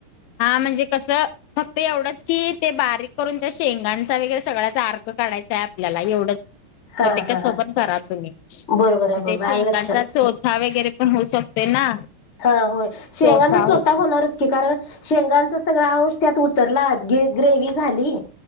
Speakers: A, on the left; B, on the left.
A: हा म्हणजे कसं फक्त एवढंच की ते बारीक करून त्या शेंगांचा वगैरे सगळ्याचार कर. काढयंय आपल्याला एवढंच.
B: हा
A: मग ते
B: हा
A: कसं
B: हा
A: पण करा तुम्ही
B: बरोबर आहे
A: मग
B: बरोबर
A: ते शेंगांचा
B: आलं लक्षात
A: चोथा वगैरे पण होऊ शकतो. ना.
B: हा होय शेंगांना
A: चोथा
B: चोता
A: होतो
B: होणारच की कारण शेंगांचा सगळ अंश त्यात उतरला ग ग्रेव झाली.